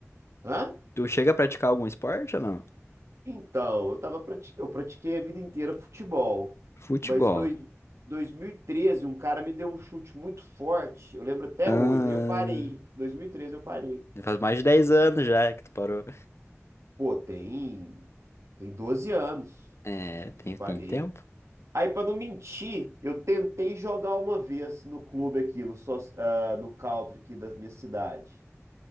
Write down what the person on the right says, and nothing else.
hã?
Então, eu tava prati- eu pratiquei a vida inteira futebol,
mas dois... 2013 um cara me deu um chute muito forte, eu lembro até
hoje. Aí eu parei. dois mil e treze eu parei.
Pô, tem tem 12 anos.
Eu parei.
Aí pra não mentir, eu tentei jogar uma vez no clube aqui, no só no country aqui da minha cidade.